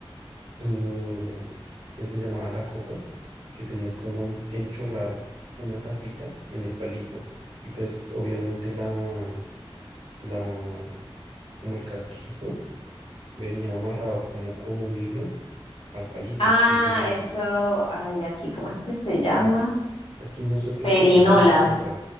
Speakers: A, on the right; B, on the left.
A: em, que se llamaba la coca, que tenías como en- que encholar una tapita en el palito. Y pues obviamente la, la, como el casquito venía amarrado como con un hilo al palito.
B: Ah,
A: Entonces,
B: eso, ay, aquí, ¿cómo es que se llama?
A: aquí nosotros
B: Perinola.
A: le decíamos coca